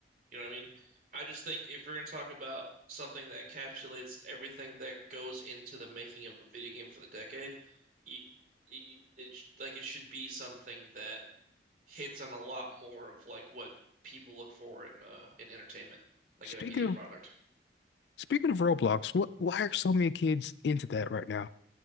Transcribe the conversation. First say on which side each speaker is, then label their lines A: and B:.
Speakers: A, on the right (about 50°); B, on the left (about 65°).
A: you know what I mean? I just think if we're gonna talk about something that encapsulates everything that goes into the making of a video game for the decade, you, you, it sh- like it should be something that hits on a lot more of like what people look for in uh in entertainment, like
B: Speaking
A: in a media
B: of
A: product.
B: speaking of Roblox, what why are so many kids into that right now?